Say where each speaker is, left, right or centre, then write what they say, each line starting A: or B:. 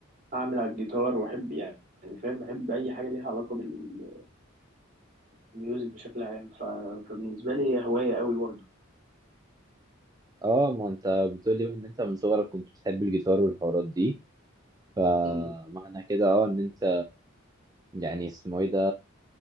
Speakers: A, on the right; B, on the right.
A: أعمل على الجيتار وأحب يعني يعني فاهم بحب أي حاجة ليها علاقة بال- بالميوزك بشكل عام ف... فبالنسبة لي هي هواية قوي برضه
B: اه ما انت بتقول لي بقى ان انت من صغرك كنت بتحب الجيتار والحوارات دي فمعنى
A: امم
B: كده اه ان انت يعني اسمه ايه ده